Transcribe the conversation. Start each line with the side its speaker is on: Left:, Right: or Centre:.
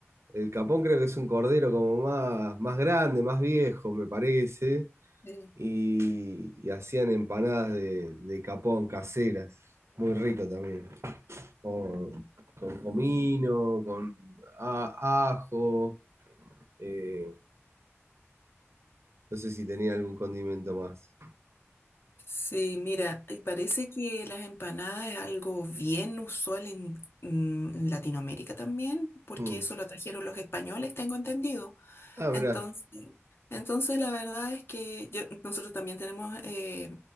Right: El capón creo que es un cordero como más, más grande, más viejo, me parece.
Left: Eh,
Right: Y, y hacían empanadas de, de capón caseras. Muy rico también. con,
Left: mm.
Right: con comino, con a- ajo. eh, no sé si tenía algún condimento más.
Left: Sí, mira, y parece que las empanadas es algo bien usual en, mm, en Latinoamérica también, porque
Right: Mm.
Left: eso lo trajeron los españoles, tengo entendido.
Right: Ah,
Left: Entonces,
Right: mirá,
Left: entonces la verdad es que yo- nosotros también tenemos eh,